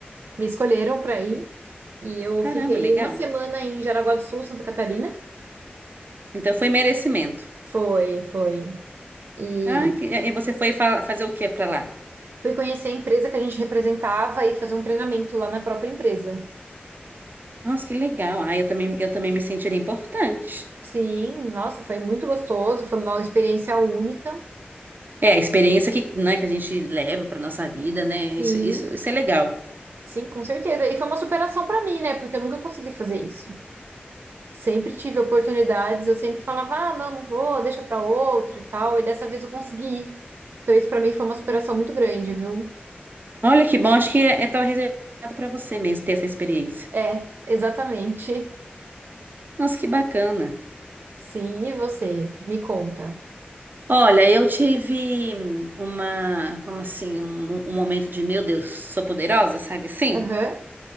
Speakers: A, on the right; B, on the right.
A: me escolheram para ir e eu
B: Caramba,
A: fiquei
B: legal.
A: uma semana em Jaraguá do Sul, Santa Catarina.
B: Então foi merecimento.
A: Foi, foi. E
B: Ah, que- e você foi fa- fazer o que pra lá?
A: fui conhecer a empresa que a gente representava e fazer um treinamento lá na própria empresa.
B: Nossa, que legal. Ah, eu também, eu também me sentiria importante.
A: Sim, nossa, foi muito gostoso, foi uma experiência única.
B: É a experiência que, né, que a gente leva pra nossa vida, né?
A: Sim,
B: Isso, isso, isso é legal.
A: sim, com certeza. E foi uma superação para mim, né? Porque eu nunca consegui fazer isso. Sempre tive oportunidades, eu sempre falava, ah, não, não vou, deixa para outro e tal. E dessa vez eu consegui. Então isso para mim foi uma superação muito grande, viu?
B: Olha que bom, acho que é, é tava reservado pra você mesmo ter essa experiência.
A: É, exatamente.
B: Nossa, que bacana.
A: Sim, e você? Me conta.
B: Olha, eu tive uma, como assim, um, um momento de, meu Deus, sou poderosa, sabe assim?
A: Aham,